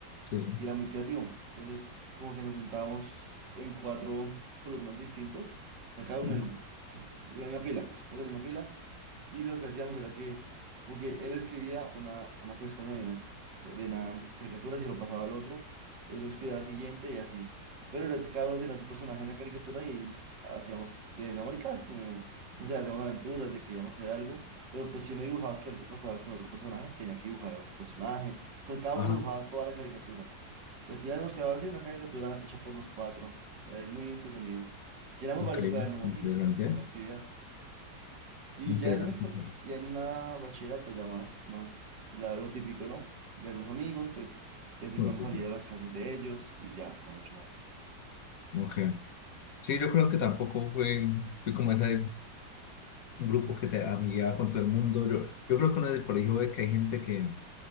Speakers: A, on the left; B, on the right.
A: sí, sí.
B: y era muy creativo. Entonces, como que nos sentábamos en cuatro columnas distintos, o sea, cada uno
A: Ujú,
B: en, sí, en la misma fila, todos en la misma fila, y lo que hacíamos era que, como que él escribía una, una pestaña de una, de una caricatura y se lo pasaba al otro, y el otro escribía la siguiente y así. Pero era- cada uno tenía su personaje en la caricatura y hacíamos, y hacíamos maricadas, como, no sé, hacíamos aventuras de que íbamos a hacer algo, pero pues si uno dibujaba que algo pasaba con otro personaje, tenía que dibujar al otro personaje. Entonces cada
A: Ajá,
B: uno dibujaba toda la caricatura. Y al final nos quedaba así una caricatura hecha por los cuatro. Era muy entretenido. Llenamos
A: ok,
B: varios cuadernos
A: interesante,
B: así, con la actividad. Y
A: interesante.
B: ya en el, col- y en la bachillerato ya más, más la- lo típico, ¿no? De algunos amigos, pues de vez en
A: interesante.
B: cuando salir a las casas de ellos y ya, no mucho más.
A: Ok, sí, yo creo que tampoco fue, fui como esa grupos que te amigueaba con todo el mundo. Yo, yo creo que uno en el colegio ve que hay gente que,